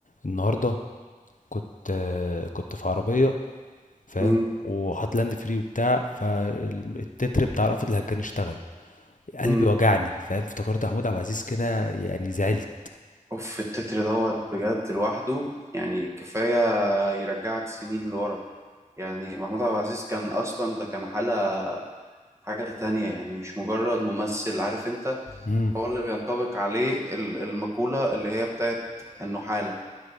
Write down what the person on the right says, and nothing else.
مم.
مم.
اوف التتر دوت بجد لوحده يعني كفاية يرجعك سنين لورا يعني محمود عبد العزيز كان أصلا ده كان حالة حاجة تانية يعني مش مجرد ممثل عارف انت
هو اللي بينطبق عليه ال- المقولة اللي هي بتاعت انه حالة